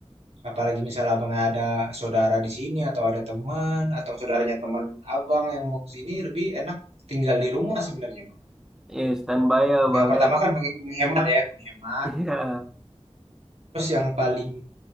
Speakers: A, on the right; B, in the centre.
A: Apalagi misalnya abang ada saudara di sini atau ada teman atau saudaranya teman abang yang mau ke sini lebih enak tinggal di rumah sebenarnya, Bang.
B: Iya standby ya bang
A: Yang pertama
B: ya.
A: kan meng- menghemat ya, menghemat.
B: Iya.
A: Terus yang paling